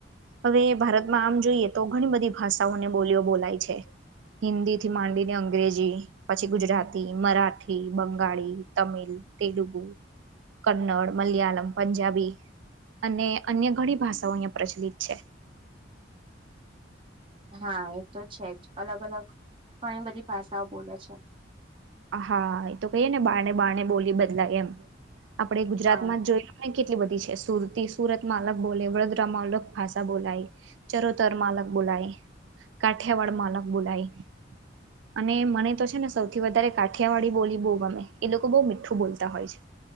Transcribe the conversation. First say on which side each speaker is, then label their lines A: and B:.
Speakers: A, on the right (about 75°); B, on the right (about 25°).
A: હવે ભારતમાં આમ જોઈએ તો ઘણી બધી ભાષાઓની બોલીઓ બોલાય છે. હિન્દી થી માંડીને અંગ્રેજી. પછી ગુજરાતી મરાઠી બંગાળી તમિલ તેલુગુ. કન્નડ મલયાલમ પંજાબી, અને અન્ય ઘણી ભાષાઓ અહિયાં પ્રચલિત છે.
B: હા એ તો છે જ અલગ અલગ ઘણી બધી ભાષાઓ બોલે છે.
A: હા એ તો કહીએે ને બારને બારણે બોલી બદલાય એમ આપણે ગુજરાત
B: હા
A: માં જ જોય. અને કેટલી બધી છે સુરતી સુરત માં અલગ બોલે વડોદરામાં અલગ ભાષા બોલાય ચરોતરમા અલગ બોલાય કાઠિયાવાડ મા અલગ બોલાય અને મને તો છે ને સૌથી વધારે! કાઠિયાવાળી બોલી બહુ ગમે એ લોકો બહુ મીઠું બોલતા હોય છે.